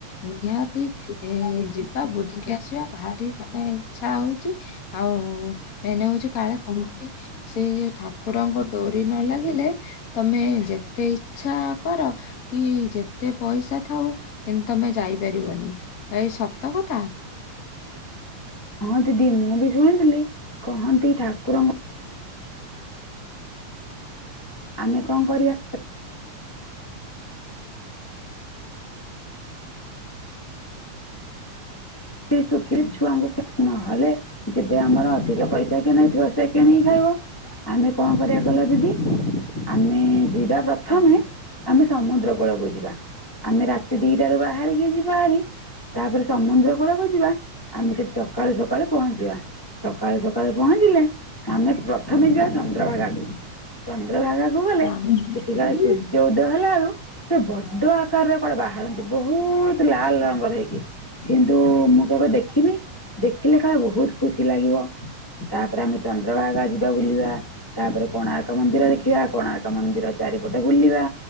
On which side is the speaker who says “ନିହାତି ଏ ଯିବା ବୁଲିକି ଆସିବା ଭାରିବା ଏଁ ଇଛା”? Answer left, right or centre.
Left